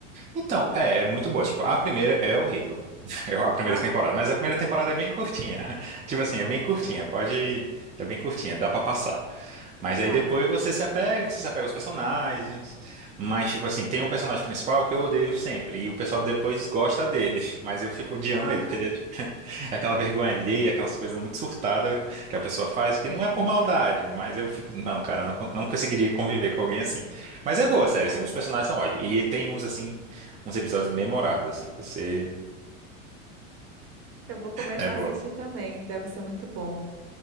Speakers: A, on the right; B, on the right.
A: Então, é, é muito boa. Tipo, a primeira é horrível. <laughs> É a primeira
B: Ah,
A: temporada, mas a primeira temporada é bem curtinha. <laughs> Tipo assim, é bem curtinha,
B: sério.
A: pode, é bem curtinha, dá pra passar. Mas aí
B: Tá.
A: depois você se apega, você se apega aos personagens. Mas tipo assim, tem um personagem principal que eu odeio sempre e o pessoal depois gosta dele, <laughs> mas eu fico odiando
B: Ah,
A: ele porque ele é, tipo, <laughs> é aquela vergonha alheia, aquelas coisas muito surtadas que a pessoa faz que
B: bem.
A: não é por maldade, mas eu fico, não, cara, não, con- não conseguiria conviver com alguém assim. Mas é boa a série,
B: Ah,
A: assim, os personagens são ótimos e tem uns assim uns episódios memoráveis, assim, que você.
B: eu vou começar
A: É boa.
B: a assistir também, deve ser muito bom.